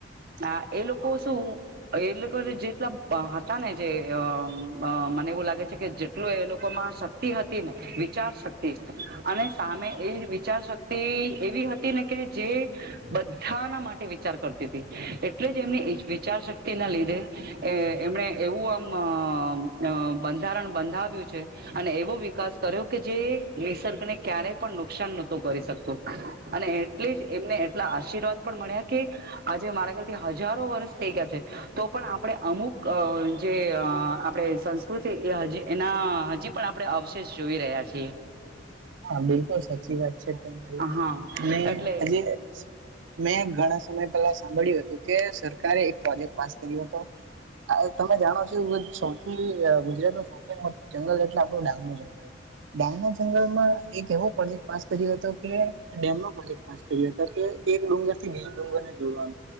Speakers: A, on the right; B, on the right.
A: હા એ લોકો શું એ લોકોને જેટલા હતા ને જે અ મ અ મને એવું લાગે છે કે જે ટલુ એ લોકોમાં શક્તિ હતી ને વિચાર શક્તિ અને સામે એ વિચાર શક્તિ એવી હતી ને કે જે બધાના માટે વિચાર કરતી હતી એટલે જ એમની વિચાર શક્તિ ના લીધે એમણે એવું આમ બંધારણ બંધાવ્યું છે. અને એવો વિકાસ કર્યો કે જે નિસર્ગને ક્યારેય પણ નુકસાન નહોતો કરી શકતું. અને એટલે જ એમને એટલા આશીર્વાદ પણ મળ્યા કે આજે મારા ખ્યાલથી હજારો વર્ષ થઈ ગયા છે તો પણ આપણે અમુક અ જે આપડે સંસ્કૃતિ એ હજી અ એના હજી પણ આપણે અવશેષ જોઈ રહ્યા છીએ.
B: હા બિલકુલ સાચી વાત છે તમારી
A: હા
B: ને
A: એટલે
B: આજે મેં ઘણા સમય પહેલા સાંભળ્યું હતું કે સરકારે એક પ્રોજેક્ટ પાસ કર્યો હતો. તમે જાણો છો સૌથી ગુજરાત નું સૌ થી મોટું જંગલ એટલે આપણું ડાંગનું જંગલ ડાંગના જંગલમાં એક એવો પ્રોજેક્ટ પાસ કર્યો હતો કે ડેમ નો પ્રોજેક્ટ પાસ કર્યો હતો કે એક ડુંગર થી બીજો ડુગરને જોડવાનું